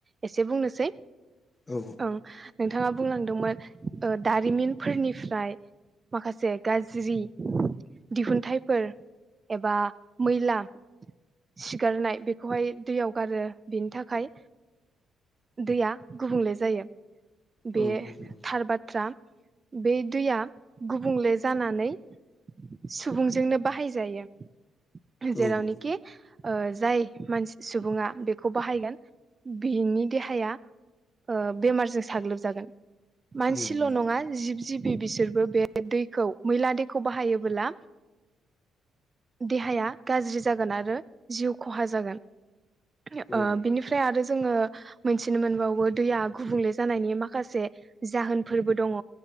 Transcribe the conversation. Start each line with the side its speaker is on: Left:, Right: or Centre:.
Right: एसे बुंनोसै
Left: औ
Right: ओं नोंथाङा बुंलांदोंमोन। ओ दारिमिनफोरनिफ्राय माखासे गाज्रि दिहुनथाइफोर एबा मैला सिगारनाय बेखौहाय दैयाव गारो बेनि थाखाय दैया गुबुंले जायो। बे
Left: औ नंगौ
Right: थार बाथ्रा। बे दैया गुबुंले जानानै सुबुंजोंनो बाहायजायो। जेरावनिखि
Left: औ
Right: ओ जाय मानसि सुबुङा बेखौ बाहायगोन बिनि देहाया ओ बेमारजों साग्लोबजागोन। मानसिल'
Left: औ नंगौ
Right: नङा जिब जिबि बिसोरबो बे दैखौ मैला दै खौ बाहायोबोला देहाया गाज्रि जागोन आरो जिउ खहा जागोन। <unintelligible>
Left: औ
Right: बिनिफ्राय आरो जोङो मोनथिनो मोनबावो दैया गुबुंले जानायनि माखासे जाहोनफोरबो दङ'।